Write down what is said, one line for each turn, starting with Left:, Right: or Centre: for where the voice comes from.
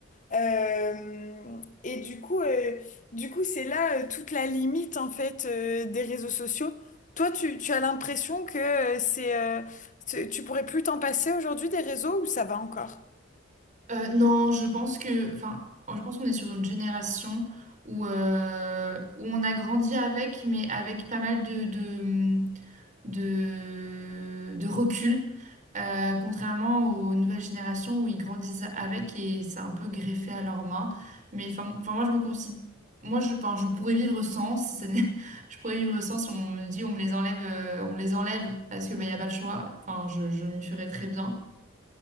Left: Euh, et du coup, euh, du coup, c'est là euh, toute la limite en fait euh, des réseaux sociaux. Toi, tu, tu as l'impression que euh, c'est, euh, tu tu pourrais plus t'en passer aujourd'hui des réseaux ou ça va encore?
Right: Euh, non, je pense que, enfin, je pense qu'on est sur une génération où, euh, où on a grandi avec, mais avec pas mal de, de, de, de recul, Euh, contrairement aux nouvelles générations où ils grandissent avec et c'est un peu greffé à leurs mains. Mais enfin, enfin, moi, je me considère, moi, je, enfin, je pourrais vivre sans, si ça n'est- <laughs> je pourrais vivre sans si on me dit on me les enlève, euh, on me les enlève parce que bah, y a pas le choix. Enfin, je, je m'y ferais très bien.